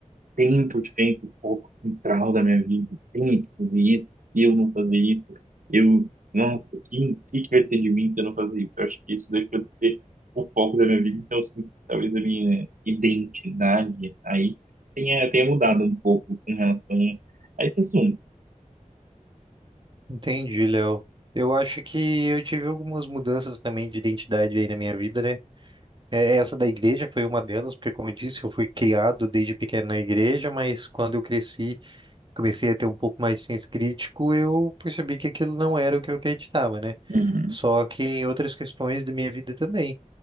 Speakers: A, on the right; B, on the right.
A: tempo de tempo, o foco central da minha vida, tem que fazer isso, e eu não fazer isso, eu, nossa, o que, que que vai ser de mim se eu não fazer isso? Eu acho que isso deixa de ser o foco da minha vida, então, assim, talvez a minha identidade aí tenha, tenha mudado um pouco com relação a esse assunto.
B: Entendi, Léo. Eu acho que eu tive algumas mudanças também de identidade aí na minha vida, né? É, Essa da igreja foi uma delas, porque, como eu disse, eu fui criado desde pequeno na igreja, mas quando eu cresci, comecei a ter um pouco mais de senso crítico, eu percebi que aquilo não era o que eu acreditava, né?
A: Uhum,
B: Só que em outras questões da minha vida também,